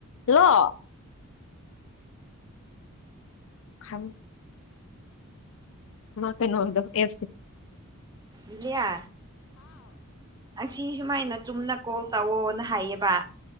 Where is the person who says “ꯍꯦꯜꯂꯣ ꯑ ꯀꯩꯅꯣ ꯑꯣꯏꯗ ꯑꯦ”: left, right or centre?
Left